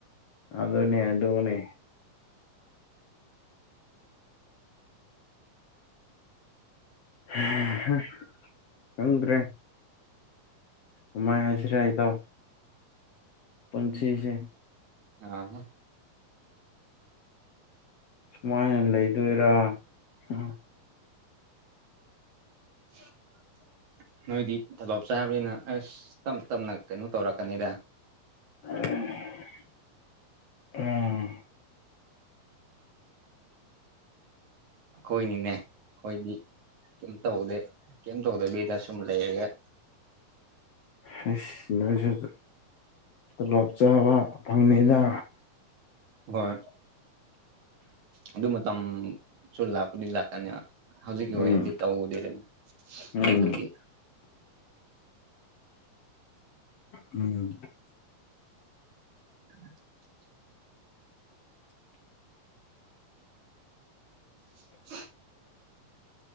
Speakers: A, on the left; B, on the right.
A: ꯑꯗꯨꯅꯦ ꯑꯗꯣꯅꯦ ꯍꯦ ꯍ ꯈꯪꯗ꯭ꯔꯦ ꯀꯃꯥꯏ ꯍꯥꯏꯁꯤꯔ ꯏꯇꯥꯎ ꯄꯨꯟꯁꯤꯁꯦ
B: ꯑꯥ ꯍꯥ
A: ꯁꯨꯃꯥꯏꯅ ꯂꯩꯗꯣꯏꯔꯥ ꯍ
B: <unintelligible> ꯅꯣꯏꯗꯤ ꯇꯣꯂꯣꯞ ꯆꯥꯕꯅꯤꯅ ꯑꯁ ꯇꯞ ꯇꯞꯅ ꯀꯩꯅꯣ ꯇꯧꯔꯛꯀꯅꯤꯗ
A: <unintelligible> ꯎꯝ
B: ꯑꯈꯣꯏꯅꯤꯅꯦ ꯈꯣꯏꯗꯤ ꯀꯦꯝ ꯇꯧꯗꯦ ꯀꯦꯝ ꯇꯧꯗꯕꯤꯗ ꯁꯨꯝ ꯂꯩꯌꯦ
A: ꯍꯩꯁ ꯅꯣꯏꯁꯨ ꯇꯣꯂꯣꯞ ꯆꯥꯕ ꯐꯪꯅꯤꯗ
B: ꯍꯣꯏ ꯑꯗꯨ ꯃꯇꯝꯁꯨ ꯂꯥꯛꯄꯨꯗꯤ ꯂꯥꯛꯀꯅꯤ ꯍꯧꯖꯤꯛꯀꯤ ꯑꯣꯏꯅꯗꯤ
A: ꯎꯝ
B: ꯇꯧꯗꯦꯗ
A: ꯎꯝ
B: ꯑꯗꯨꯒꯤ <inaudible>
A: ꯎꯝ
B: <inaudible> <inaudible>